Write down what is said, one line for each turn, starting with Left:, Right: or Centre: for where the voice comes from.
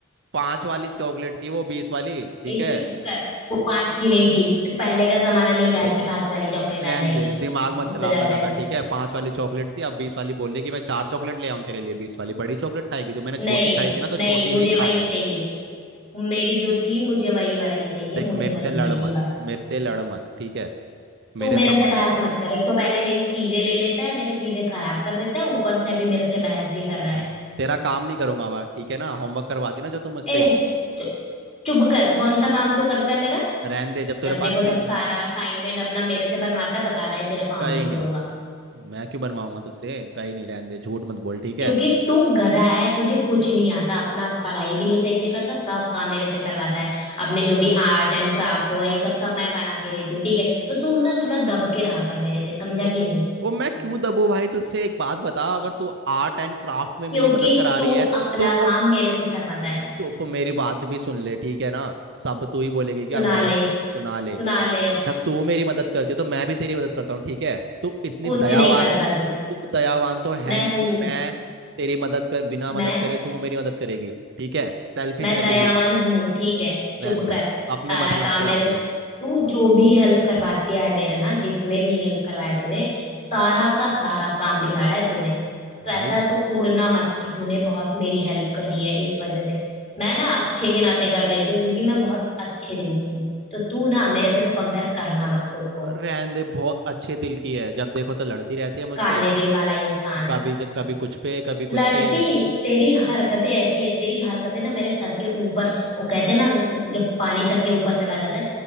Right: पांच वाली चॉकलेट थी वो बीस वाली ठीक
Left: ए
Right: है
Left: चुप कर वो पांच की नहीं थी तो पहले का जमाना नहीं रहा
Right: देख
Left: कि पांच वाली चॉकलेट
Right: रहने
Left: आ जाएगी
Right: दे दिमाग मत
Left: मुझ
Right: चला
Left: तो जाता
Right: अपना ज्यादा
Left: नहीं
Right: ठीक है पांच वाली चॉकलेट थी अब बीस वाली बोल रही कि मैं चार चॉकलेट ले आऊं तेरे लिए बीस वाली बड़ी चॉकलेट खाएगी तो मैंने
Left: नहीं
Right: छोटी खाई थी ना तो
Left: नहीं
Right: छोटी
Left: मुझे
Right: ही
Left: वही
Right: खा तो
Left: चाहिए मेरी जो थी मुझे वही वाली चाहिए
Right: देख
Left: मुझे
Right: मेरे
Left: वही
Right: से लड़
Left: चाहिए
Right: मत
Left: बस
Right: मेरे से लड़ मत ठीक है
Left: तू
Right: मेरे
Left: मेरे
Right: सामान
Left: से बहस मत कर एक तो पहले मेरी चीजें ले लेता है मेरी चीजें खराब कर देता है ऊपर से अभी मेरे से बहस भी कर रहा
Right: हाँ।
Left: है
Right: तेरा काम नहीं करूंगा बा ठीक है ना होमवर्क करवा देना जो तुम मुझसे
Left: ए तो चुप कर कौन सा काम तू करता है मेरा
Right: रहने दे जब तेरे
Left: जब
Right: पास
Left: देखो
Right: दे
Left: तब सारा असाइनमेंट अपना मेरे से बनवाता है बता रहा है तेरा काम
Right: कहीं
Left: नहीं
Right: नहीं
Left: करूंगा
Right: मैं क्यों बनवाऊंगा तुझसे कहीं नहीं रहने दे झूठ मत बोल ठीक
Left: क्योंकि
Right: है
Left: तू गधा है तुझे कुछ नहीं आता अपना पढ़ाई भी नहीं सही से करता सब काम मेरे से करवाता है अपने जो भी आर्ट एंड क्राफ्ट हुआ ये सब सब मैं बना के देती हूँ ठीक है तो तू ना थोड़ा दब के रहा कर मेरे से समझा
Right: ओ,
Left: कि नहीं
Right: ओ मैं क्यों दबू भाई तुझसे एक बात बता अगर तू आर्ट एंड क्राफ्ट में मेरी
Left: क्योंकि
Right: मदद करा
Left: तू
Right: रही है
Left: अपना
Right: तो
Left: काम मेरे से करवाता है
Right: चुप मेरी बात भी सुन ले ठीक है ना सब तू ही बोलेगी क्या
Left: सुना
Right: मुझे
Left: ले
Right: सुना ले
Left: सुना ले आज
Right: जब तू मेरी मदद करती है तो मैं भी तेरी मदद करता हूँ ठीक है तू इतनी
Left: कुछ
Right: दयावान
Left: नहीं करता तू
Right: तू दयावान तो है
Left: मैं
Right: नहीं
Left: हूं
Right: कि मैं तेरी मदद कर बिना
Left: मैं
Right: मदद करे तू मेरी मदद करेगी ठीक है सेल्फिश
Left: मैं
Right: है
Left: दयावान
Right: तू भी
Left: हूँ ठीक है
Right: रहने
Left: चुप
Right: दे
Left: कर
Right: अपने
Left: सारा
Right: मतलब
Left: काम
Right: से आती
Left: मेरे से
Right: है
Left: तू
Right: आ,
Left: जो भी हेल्प करवाती है मेरा ना जिसमें भी हेल्प करवाया तूने सारा का सारा काम बिगाड़ा है तूने तो ऐसा
Right: भाई
Left: तो कूड़ना मत कि तूने बहुत मेरी हेल्प करी है इस वजह से मैं ना अच्छे के नाते कर लेती हूँ क्योंकि मैं बहुत अच्छे दिल की हूँ तो तू ना मेरे से तो कंपेयर करना मत खुद को
Right: रहन दे बहुत अच्छे दिल की है जब देखो तो लड़ती रहती है मुझसे
Left: काले दिल वाला इंसान
Right: कभी जब कभी कुछ पे कभी
Left: लड़ती
Right: कुछ पे
Left: तेरी हरकतें ऐसी है तेरी हरकतें ना मेरे सर के ऊपर वो कहते हैं ना जब पानी सर के ऊपर चला जाता है